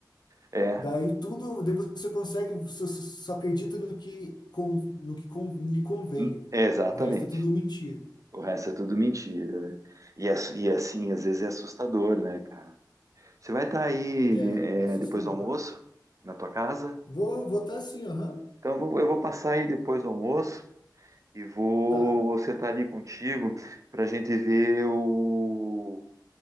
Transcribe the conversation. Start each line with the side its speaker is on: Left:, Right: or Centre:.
Right: É,
Left: daí tudo, daí você consegue, só, só só acredita no que, con- no que con- lhe convém.
Right: Hum, exatamente.
Left: O resto é tudo mentira.
Right: O resto é tudo mentira. né? E, ass- e é assim, às vezes é assustador, né, cara? Você vai estar aí
Left: É,
Right: de- é,
Left: é assustador.
Right: depois do almoço, na tua casa?
Left: Vou votar sim, aham.
Right: Então eu vou, eu vou passar aí depois do almoço e vou
Left: Tá,
Right: sentar ali contigo para a gente ver o.